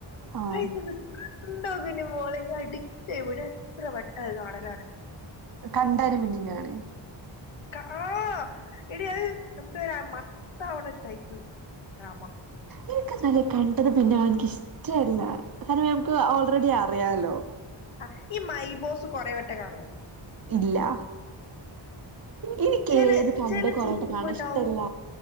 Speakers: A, on the right; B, on the left.
A: ആഹ്
B: അത് ഇജ്ജോന്ന് കണ്ടോകണ്ടി മോളെ അഡിക്റ്റായി പോവും ഞാൻ എത്ര വട്ട അത് കാണലറിയോ
A: കണ്ടാല് പിന്നിം കാണെ
B: ക ആ എടി അത് നമക്ക് ഇങ്ങനെ മത്താവ്ണ ടൈപ്പ് ഡ്രാമ
A: എനിക്കന്നാലെ കണ്ടത് പിന്നെ എനിക്ക് ഇഷ് റ്റല്ല കാരണം നമുക്ക് ഓൾറെഡി അറിയാലോ
B: അ ഈ മൈബോസ് കൊറേ വട്ടം കാണോ
A: ഇല്ലാ ഇൻക്ക്
B: ചില
A: ഏത് കണ്ട
B: ചില
A: കൊറേ
B: സിനിമ
A: വട്ടം കാണാ
B: ഉണ്ടാവും
A: ഇഷ്ടല്ല